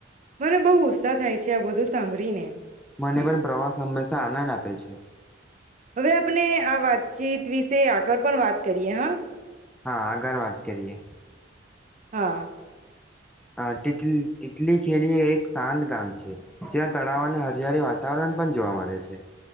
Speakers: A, on the right (about 40°); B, in the centre.
A: મને બહુ ઉત્સાહ છે આ બધું સાંભળી ને.
B: મને પણ પ્રવાસ હંમેશા આનંદ આપે છે.
A: હવે આપણે આ વાતચીત વિશે આગળ પણ વાત કરીએ હા.
B: હા આગળ વાત કરીએ.
A: હા.
B: હા તેથી. એટલી ખેડી એક. શાંત ગામ છે, જ્યાં તળાવ અને હરિયાળી વાતાવરણ પણ જોવા મળે છે.